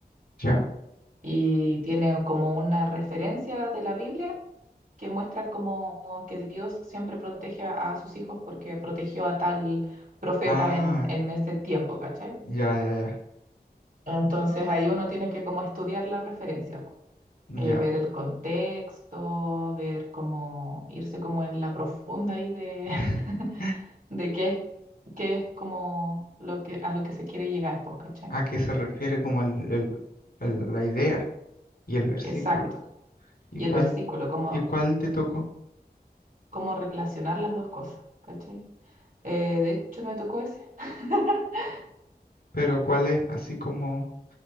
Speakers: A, on the left; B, on the right.
A: ya.
B: Y tiene como una referencia de la Biblia que muestra como que Dios siempre protege a, a sus hijos porque protegió a tal profeta
A: Ah,
B: en, en ese tiempo, ¿cachai?
A: ya, ya,
B: Entonces ahí uno tiene que como estudiar la referencia, po. Eh,
A: ya. Ya.
B: ver el contexto, ver cómo irse como en la profunda ahí de,
A: <laughs>
B: <laughs> de qué es, qué es como lo que, a lo que se quiere llegar, pues, ¿cachai?
A: ¿A qué se refiere como el, el- el- la idea y el versículo?
B: Exacto.
A: ¿Y
B: Y
A: cuál,
B: el versículo, cómo,
A: y cuál te tocó?
B: cómo relacionar las dos cosas, ¿cachai? Eh, de hecho me tocó ese. <laughs>
A: Pero ¿cuál es así como...